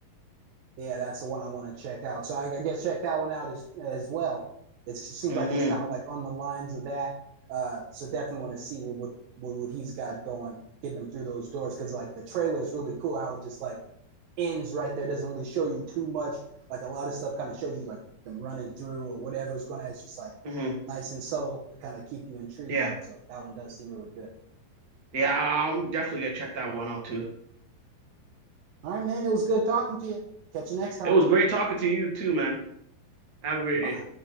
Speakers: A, on the right; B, on the right.
A: Yeah, that's the one I want to check out. So I, I guess check that one out as as well. It's, it seems
B: hmm
A: like it's kind of like on the lines of that. Uh, so definitely want to see what, what what what he's got going, getting him through those doors because like the trailer is really cool. How it just like ends right there doesn't really show you too much. Like a lot of stuff kind of shows you like them running through or whatever's going to. It's just like
B: hmm
A: nice and subtle to kind of keep you intrigued
B: Yeah.
A: on it. So that one does seem really good.
B: Yeah, I'm definitely gonna check that one out too.
A: All right, man. It was good talking to you. Catch you next time.
B: It was great talking to you too, man. Have a great
A: Bye.
B: day.